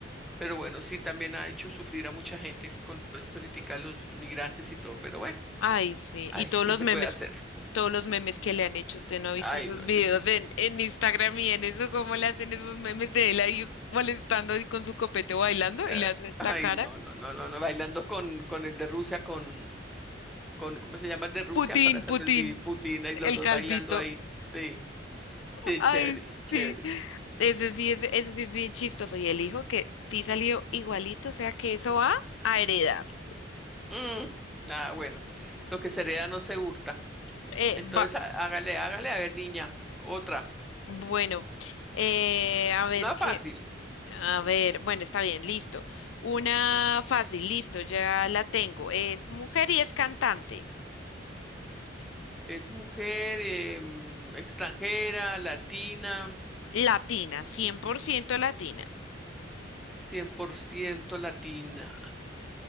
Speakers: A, in the centre; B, on the left.
A: pero bueno, sí también ha hecho sufrir a mucha gente con todo esto ahoritica, los migrantes y todo, pero bueno,
B: Ay, sí.
A: ay,
B: Y todos
A: ¿qué
B: los
A: se
B: memes,
A: puede hacer?
B: todos los memes que le han hecho, usted no ha visto
A: Ay,
B: esos
A: no
B: videos
A: sé si,
B: en, en Instagram y en eso, cómo le hacen esos memes de él ahí molestando y con su copete bailando
A: eh,
B: y le hacen la
A: ay,
B: cara.
A: no, no, no, no, no, bailando con, con el de Rusia, con, con, ¿cómo se llama el de Rusia?
B: Putin,
A: Con la
B: Putin,
A: Putin, y
B: el
A: los dos
B: calvito.
A: bailando ahí, sí, sí,
B: Ay,
A: chévere, chévere.
B: sí. Ese sí, es- ese, sí es bien chistoso. Y el hijo que sí salió igualito, o sea que eso va a heredarse.
A: Mm, ah, bueno, lo que se hereda no se hurta.
B: Eh,
A: Entonces,
B: va.
A: há- hágale, hágale, a ver, niña, otra.
B: Bueno, eh, a ver
A: No
B: qué.
A: fácil.
B: A ver, bueno, está bien, listo. Una fácil, listo, ya la tengo. Es mujer y es cantante.
A: Es mujer eh, mm, extranjera, latina,
B: Latina, 100% latina.
A: 100% latina.